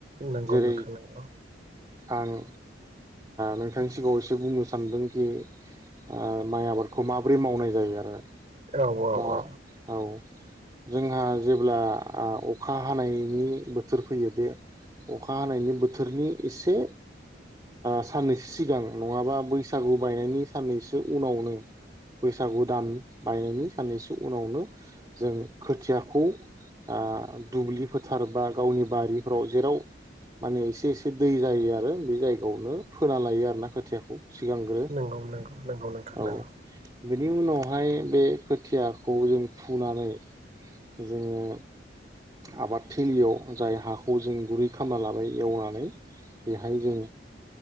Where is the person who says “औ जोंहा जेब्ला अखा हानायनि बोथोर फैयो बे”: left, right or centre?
Right